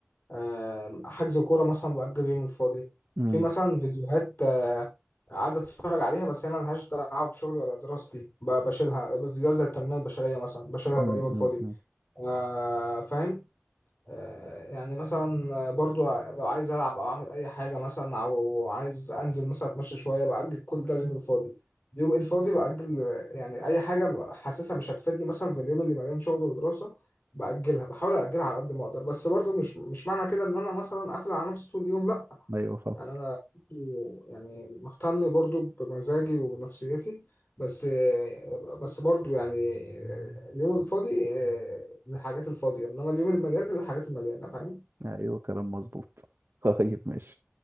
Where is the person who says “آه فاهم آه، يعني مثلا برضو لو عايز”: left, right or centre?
Left